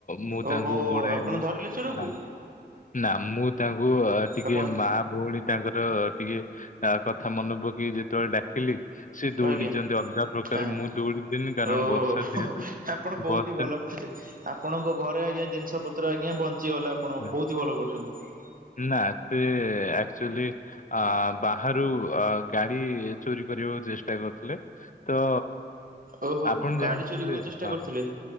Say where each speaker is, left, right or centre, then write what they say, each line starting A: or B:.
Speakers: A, on the left; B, on the right.
A: ମୁଁ ତାଙ୍କୁ
B: ଓହୋ
A: ଗୋଡ଼ାଇଲି,
B: ଆପଣ ଧରିଲେ ଚୋରକୁ?
A: ଆଁ ନା, ମୁଁ ତାଙ୍କୁ ଟିକେ
B: ଆପଣ
A: ମା ଭଉଣୀ ତାଙ୍କର ଟିକେ ଆ କଥା ମନ ପକେଇକି ଯେତେବେଳେ ଡାକିଲି ସିଏ ଦୌଡିଛନ୍ତି
B: ଆଜ୍ଞା
A: ଅଲଗା ପ୍ରକାର,
B: ଆଁ
A: ମୁଁ ଦୌଡିଲିନି କାରଣ
B: ଓହୋ
A: ବର୍ଷା ଯେହେତୁ
B: ଆପଣ ବହୁତ
A: ବର୍ଷା
B: ହି ଭଲ କରିଛନ୍ତି। ଆପଣଙ୍କ ଘରେ ଆଜ୍ଞା ଜିନିଷ ପତ୍ର ଆଜ୍ଞା ବଞ୍ଚିଗଲା ଆପଣଙ୍କ,
A: ନା
B: ବହୁତ ହି ଭଲ କରୁଛନ୍ତି।
A: ନା, ସେ ଆକ୍ଚୁଆଲି ଅ ବାହାରୁ ଆ ଗା ଡି ବି ଚୋରି କରିବାକୁ ଚେଷ୍ଟା କରୁଥିଲେ। ତ
B: ଓହୋ
A: ଆପଣ
B: ଗାଡି
A: ଜାଣିଛନ୍ତି,
B: ଚୋରି କରିବାକୁ ଚେଷ୍ଟା
A: ହଁ
B: କରିଥିଲେ